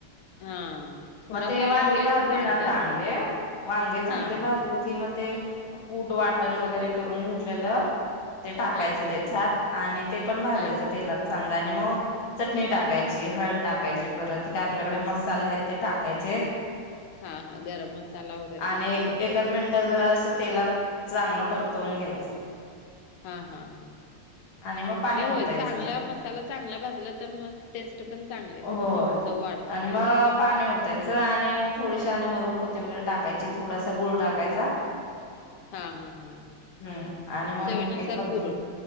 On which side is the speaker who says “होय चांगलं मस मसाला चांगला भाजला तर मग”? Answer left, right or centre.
Left